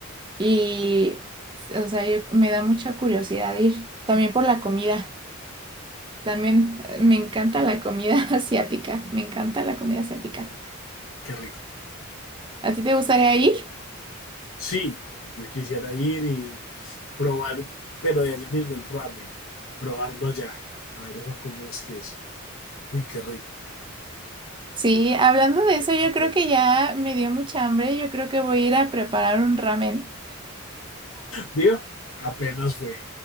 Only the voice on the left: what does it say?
qué rico.
Sí, yo quisiera ir y probar, pero de allá mismo el ramen, probarlo allá. A ver eso cómo es que es. Uy, qué rico.
Allá
en
Japón.
Viva, apenas fue